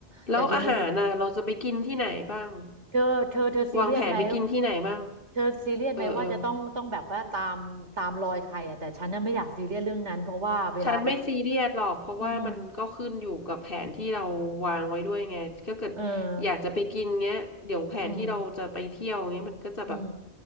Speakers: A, on the left; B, on the right.
A: แล้วอาหารน่ะเราจะไปกินที่ไหนบ้าง
B: แต่ทีนี้เธอเธอเธอซีเรียสไหม
A: วางแผนไปกินที่ไหนบ้าง
B: เธอซีเรียสไหมว่าจะต้องต้องแบบว่าตามตามรอยใครอ่ะแต่ฉันน่ะไม่อยากซีเรียสเรื่องนั้นเพราะว่าเวลาไป
A: เออเออ ฉันไม่ซีเรียสหรอกเพราะว่ามันก็ขึ้นอยู่กับแผนที่เราวางไว้ด้วยไงถ้าเกิด
B: อืมเออ
A: อยากจะไปกินเงี้ยเดี๋ยวแผนที่เราจะไปเที่ยวเงี้ยมันก็จะแบบ
B: อืมอืม